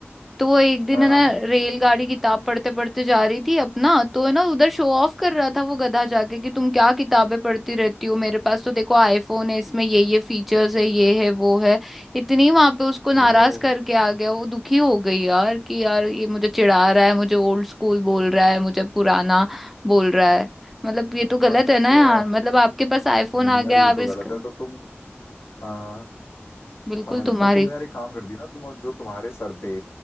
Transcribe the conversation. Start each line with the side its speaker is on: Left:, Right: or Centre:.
Centre: तो वो एक दिन
Left: हाँ
Centre: है
Left: हाँ
Centre: ना रेलगाड़ी किताब पढ़ते पढ़ते जा रही थी अपना तो है ना उधर शो ऑफ कर रहा था वो गधा जाके कि तुम क्या किताबें पढ़ती रहती हो मेरे पास तो देखो आईफोन है इसमें ये ये फीचर्स है ये है वो है इतनी वहां पे उसको
Left: ओ
Centre: नाराज करके आ गया वो दुखी हो गई यार कि यार ये मुझे चिढ़ा रहा है मुझे ओल्ड स्कूल बोल रहा है मुझे पुराना बोल रहा है मतलब ये तो गलत
Left: अच्छा
Centre: है ना यार मतलब आपके पास आईफोन
Left: नहीं
Centre: आ
Left: नहीं यार
Centre: गया
Left: ये
Centre: आप
Left: तो
Centre: इसका
Left: गलत है तो तुम हाँ हाँ,
Centre: बिल्कुल
Left: समझ
Centre: तुम्हारी
Left: तो तुम यार एक काम करती ना तुम जो तुम्हारे सर पे